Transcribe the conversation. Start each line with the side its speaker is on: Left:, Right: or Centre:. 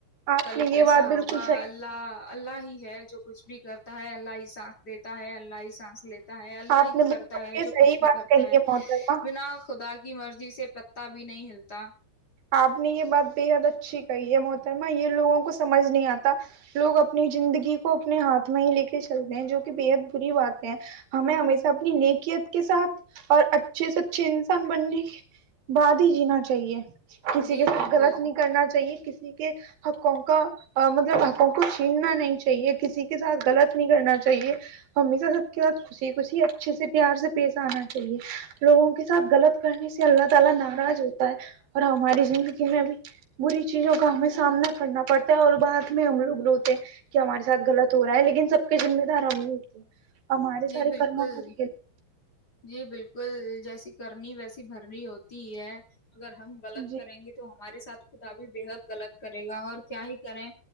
Right: آپ
Left: پل
Right: نے
Left: کیسا
Right: یہ بات بالکل
Left: ہوگا
Right: صحیح
Left: اللہ اللہ ہی <inaudible> ہے جو کچھ بھی کرتا ہے اللہ ہی سانس دیتا ہے اللہ ہی سانس لیتا ہے اللہ
Right: آپ
Left: ہی
Right: نے بالکل
Left: کرتا ہے
Right: یہ
Left: جو
Right: صحیح
Left: کچھ بھی
Right: بات
Left: کرتا
Right: کہی
Left: ہے
Right: محترمہ
Left: بنا خدا کے کی مرضی سے پتا بھی بھی نہیں ہلتا
Right: آپ نے یہ بات بےحد اچھی کہی ہے م رم یہ لوگوں کو سمجھ نہیں آتا لوگ اپنی زندگی کو اپنے ہاتھ میں ہی لے کے چلتے ہیں جو کہ بےحد بری بات ہے ہمیں ہمیشہ اپنی نیکیت کے ساتھ اور اچھے سے اچھے انسان بننے کے بعد ہی جینا چاہیے کسی
Left: جی
Right: کے ساتھ
Left: بالکل
Right: غلط نہیں کرنا چاہیے کسی کے <inaudible> ہاں کنکا مطلب ان کو چھیلنا نہیں چاہیے کسی کے ساتھ غلط نہیں کرنا چاہیے ہمیشہ سب کے ساتھ خوشی خوشی اچھے سے پیار سے پیش آنا چاہیے لوگوں کے ساتھ غلط کرنے سے اللہ تعالی ناراض ہوتا ہے اور ہماری زندگی میں بھی بری چیزوں کا ہمیں سامنا کرنا پڑتا ہے اور بعد میں ہم لوگ روتے ہیں کہ ہمارے ساتھ غلط ہو رہا ہے لیکن سب کے ذمے دار ہم ہی ہوتے ہیں ہمارے
Left: جی
Right: سارے
Left: بالکل
Right: کرموں کا کھیل
Left: جی بالکل جیسی کرنی ویسی بھرنی ہوتی ہے اگر ہم
Right: ہے۔
Left: غلط
Right: جی
Left: کریں گے تو ہم ہمارے سھ خدا بھی بےحد غط کرے گا اور کیا ہی کریں